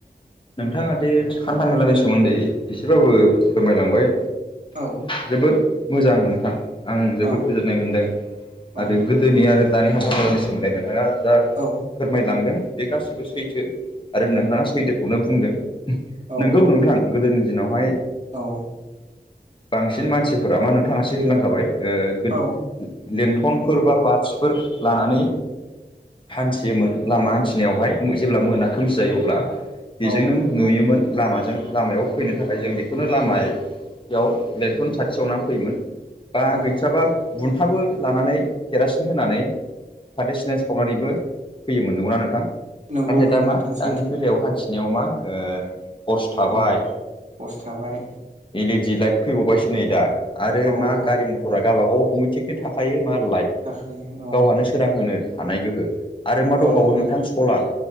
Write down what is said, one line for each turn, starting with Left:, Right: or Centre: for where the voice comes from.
Left: नोंथाङा दि खान्था मेलानि सोमोन्दै एसेबाबो फोरमायलांबाय
Right: औ
Left: जोबोद मोजां नोंथां आं जोबोद
Right: औ
Left: गोजोननाय मोनदों
Right: औ
Left: आरो गोदोनि आरो दानि हान्थामेलानि सोमोन्दै नोंथाङा जा
Right: औ
Left: फोरमायलांदों बे गासिबो सैथो। आरो नोंथाङा सैथोखौनो बुंदों
Right: औ
Left: नोंगौ नोंथां गोदोनि दिनावहाय
Right: औ
Left: बांसिन मानसिफोरा मा नोंथाङासो होलांखाबाय ओ
Right: औ
Left: लन्थनफोर बा बाथिफोर लानानै हान्थियोमोन लामा हान्थिनायावहाय जेब्ला मोना खोमसि जायो अब्ला बेजों
Right: औ
Left: नों नुयोमोन लामाजों लामायाव फैनो थाखाय जों बेखौनो लामाय बेयाव लेनटन साथिसावनानै फैयोमोन दा
Right: औ
Left: गैथ्राबा बुन्थाबो लानानै केरासिन होनानै फाथै सिना सावनानैबो फैयो मोन नंगौना नोंथां
Right: नंगौ
Left: नाथाय
Right: नंगौ
Left: दा मा
Right: नोंथां
Left: दानि
Right: सैथो
Left: बेलायाव
Right: नंगौ
Left: हान्थिनायाव मा ओ तरस थाबाय
Right: औ टर्स थाबाय
Left: इलिदि लाइट फैबाव दिनै दा आरो
Right: औ
Left: मा
Right: औ
Left: गारि मथरा गावाबागाव अटमेटिकलि थाखायो। मा लाइट
Right: थाखायो औ
Left: गावहानो सोरां होनोनो हानाय गोहो आरो मा दंबावो
Right: औ
Left: नोंथां सलार